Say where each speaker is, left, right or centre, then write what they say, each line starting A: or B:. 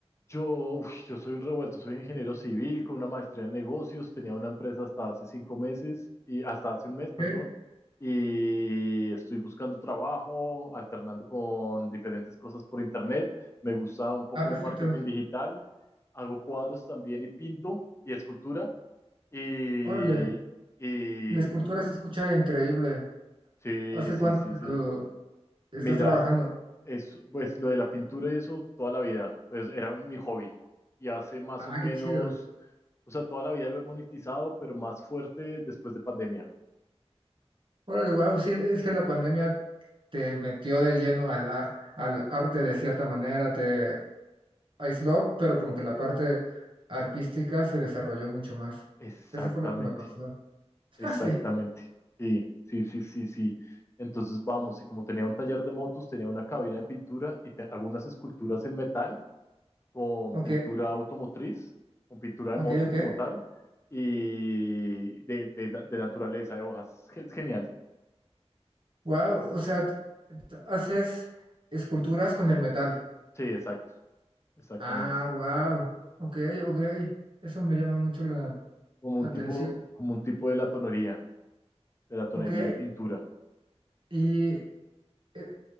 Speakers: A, on the left; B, on the right.
A: Yo, uf, yo soy un revuelto, soy ingeniero civil con una maestría en negocios, tenía una empresa hasta hace cinco meses, y hasta hace un mes, perdón,
B: ¿Qué?
A: y estoy buscando trabajo, alternando con diferentes cosas por internet. Me gusta un poco
B: Ah, perfecto.
A: el marketing digital, hago cuadros también y pinto y escultura. Y,
B: Órale,
A: y
B: la escultura se escucha increíble.
A: sí,
B: ¿Hace
A: sí,
B: cuánto
A: sí,
B: que
A: sí.
B: lo estás
A: Mira,
B: trabajando?
A: es, pues lo de la pintura y eso toda la vida, pues era un- mi hobby. Y hace más
B: Ah,
A: o menos
B: qué chido.
A: O sea, toda la vida lo he monetizado, pero más fuerte después de pandemia.
B: Órale, wow, sí, es que la pandemia te metió de lleno al, a- al arte de cierta manera, te Ice Love, pero como que la parte artística se desarrolló mucho más.
A: Exactamente,
B: Eso fue lo que me pasó. <laughs>
A: exactamente.
B: Ah, sí,
A: Sí, sí, sí, sí, sí. Entonces, vamos, y como tenía un taller de motos, tenía una cabina de pintura y te- algunas esculturas en metal con
B: ok,
A: pintura automotriz, con pintura de
B: ok,
A: moto
B: ok.
A: como tal, y de, de, de naturaleza, de hojas. Es genial.
B: Wow, o sea, t- t- haces esculturas con el metal.
A: Sí, exacto, exactamente.
B: Ah, wow, ok, ok. Eso me llama mucho la
A: Como
B: atención.
A: un tipo, como un tipo de latonería, de latonería
B: Ok,
A: y pintura.
B: y eh,